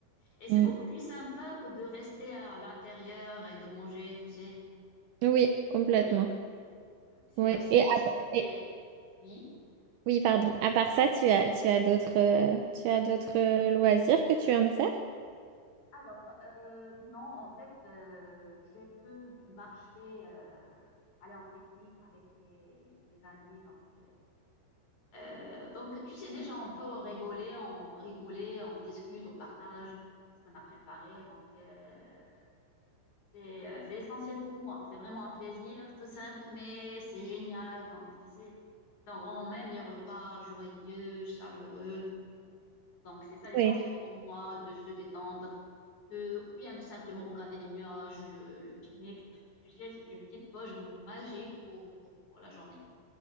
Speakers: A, on the left; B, on the right.
A: Et c'est
B: Mm.
A: beaucoup plus sympa que de rester à l'intérieur et de manger, tu sais.
B: Oui, complètement.
A: Ah oui, c'est
B: Oui.
A: aussi,
B: Et, à-
A: je
B: et-
A: sais- oui.
B: oui, pardon. À part ça, tu as, tu as d'autres, euh, tu as d'autres euh, loisirs que tu aimes faire?
A: Alors, euh, non, en fait, euh, j'ai que marché, euh, aller en pique-nique avec mes, mes amis. Donc, euh, Euh, donc, tu sais, déjà, on peut rigoler, on rigoler, on discute, on partage ce qu'on a préparé. Donc, euh, C'est euh, c'est essentiel pour moi. C'est vraiment un plaisir, tout simple, mais c'est génial. Donc, tu sais, ça rend même les repas joyeux, chaleureux. Donc, c'est ça l'essentiel
B: Oui.
A: pour moi, de se détendre, de, ou bien de simplement regarder les nuages, le, le pique-nique. Tu sais, c'est une petite poche magique pour, pour, pour la journée.